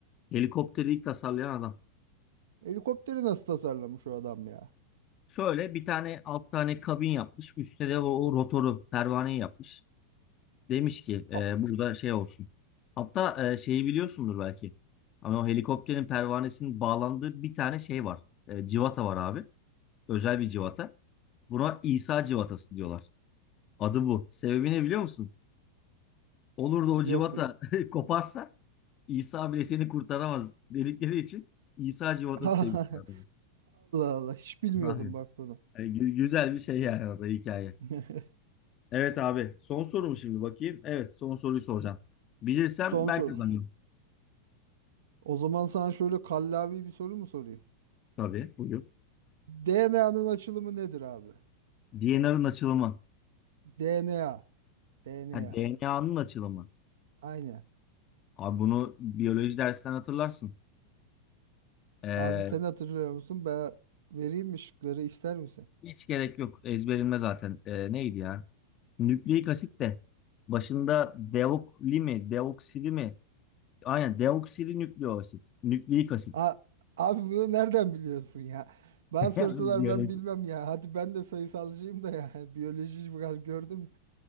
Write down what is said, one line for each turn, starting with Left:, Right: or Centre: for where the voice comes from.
Left: Helikopteri ilk tasarlayan adam.
Right: Helikopteri nasıl tasarlamış o adam ya?
Left: Şöyle bir tane alt tane kabin yapmış. Üstte de o, o rotoru, pervaneyi yapmış. Demiş ki e,
Right: A-
Left: burada şey olsun. Hatta e, şeyi biliyorsundur belki. Ama o helikopterin pervanesinin bağlandığı bir tane şey var. E, civata var abi. Özel bir civata. Buna İsa civatası diyorlar. Adı bu. Sebebi ne biliyor musun? Olur da o
Right: yok
Left: civata
Right: benim.
Left: <laughs> koparsa İsa bile seni kurtaramaz dedikleri için İsa civatası
Right: <laughs> Allah
Left: demişler adamı.
Right: Allah hiç bilmiyordum
Left: Aynen.
Right: bak bunu.
Left: Yani gü- güzel bir şey yani o hikaye.
Right: <laughs>
Left: Evet abi. Son soru mu şimdi bakayım? Evet son soruyu soracağım. Bilirsem
Right: Son
Left: ben
Right: soru.
Left: kazanıyorum.
Right: O zaman sana şöyle kallavi bir soru mu sorayım?
Left: Tabii buyur.
Right: DNA'nın açılımı nedir abi?
Left: DNA'nın açılımı.
Right: DNA. DNA.
Left: Ha, DNA'nın açılımı.
Right: Aynen.
Left: Abi bunu biyoloji dersinden hatırlarsın. Ee,
Right: Abi sen hatırlıyor musun? Ben vereyim mi şıkları ister misin?
Left: Hiç gerek yok. Ezberilme zaten. Ee, neydi ya? Nükleik asit de. Başında deokli mi? Deoksili mi? Aynen deoksili nükleik asit. Nükleik asit.
Right: A abi bunu nereden biliyorsun ya? Ben
Left: <laughs>
Right: sorsalar
Left: Yani biyoloji.
Right: ben bilmem ya. Hadi ben de sayısalcıyım da ya. <laughs> Biyoloji biraz gördüm.